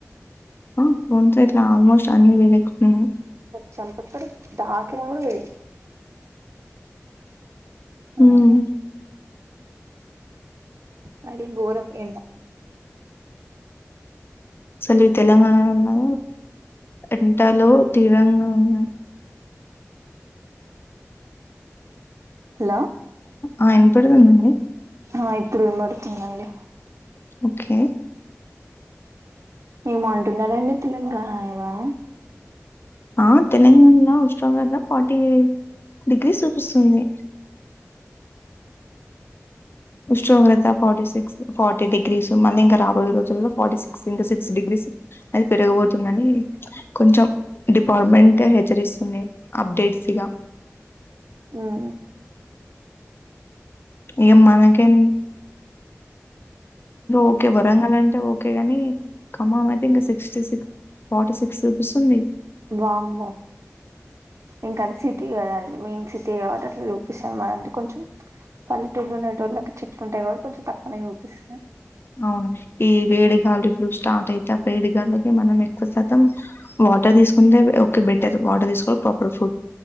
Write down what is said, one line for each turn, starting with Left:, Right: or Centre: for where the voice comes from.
Left: హా.. ఫోన్ ఇట్లా ఆల్మోస్ట్ అన్ని వేడియెకుతున్నాయి
Right: చెంప పడి దాకినా కూడా వేడి
Left: ఉమ్
Right: మ్ మరీ గోరం ఏండా
Left: అసలు ఈ తెలంగాణ ఉన్న ఎండలో తీవ్రంగా ఉన్నాయి
Right: హలో
Left: ఆ ఈన్పడ్తునండి
Right: ఆ ఇప్పుడు వినబడుతుంది అండి
Left: ఓకే
Right: ఏమో అంటున్నారంండి తెలంగా న ఏదోఅని
Left: ఆ తెలంగాణలో ఉష్ణోగ్రత ఫార్టీ డిగ్రీ చూపిస్తుంది
Right: <inaudible>
Left: ఉష్ణోగ్రత ఫార్టీ సిక్స్ ఫార్టీ డిగ్రీస్ మళ్ళీ ఇంకా రాబోయే రోజుల్లో ఫార్టీ సిక్స్ ఇకా సిక్స్ డిగ్రీస్ అది పెరగబోతుందని కొంచెం డిపార్ట్మెంట్ హెచ్చరిస్తుంది అప్డేట్ సిగా
Right: మ్
Left: ఇగ మనకేం ఓకే వరంగల్ అంటే ఓకే గాని ఖమ్మం అయితే ఇంకా సిక్స్టీ సిక్స్ ఫార్టీ సిక్స్ చూపిస్తుంది
Right: వామ్మో ఇంకా అది సిటీ కదండి మెయిన్ సిటీ కాబట్టి అట్లా చూపిస్తాారు మన కొంచెం పల్లెటోళ్ళు ఉండేటోళ్లకి చెట్లు ఉంటాయి కాబట్టి కొంచెం తక్కువ చూపిస్తాయి
Left: అవును ఈ వేడిగాలు ఇప్పుడు స్టార్ట్ అయితే ఆ వేడిగాలకి మనం ఎక్కువ శాతం వాటర్ తీసుకుంటే కూడా బెటర్ వాటర్ తీసుకోవాలి ప్రాపర్ ఫుడ్